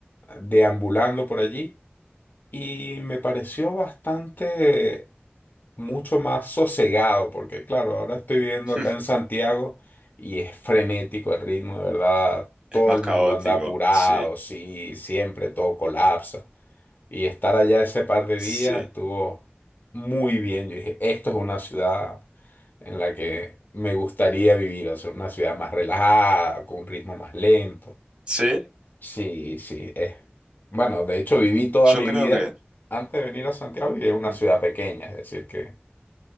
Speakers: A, on the left; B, on the right.
A: deambulando por allí y me pareció bastante mucho más sosegado, porque claro, ahora estoy viviendo
B: <laughs>
A: acá en Santiago y es frenético el ritmo, de verdad,
B: Es
A: todo
B: más
A: el
B: caótico,
A: mundo anda apurado,
B: sí,
A: sí, siempre todo colapsa. Y estar allá ese par de
B: sí,
A: días estuvo muy bien. Yo dije, esto es una ciudad en la que me gustaría vivir, o sea, una ciudad más relajada, con un ritmo más lento.
B: sí.
A: Sí, sí, es. Bueno, de hecho viví toda
B: Yo
A: mi
B: creo
A: vida
B: que,
A: antes de venir a Santiago y es una
B: mm,
A: ciudad pequeña, es decir, que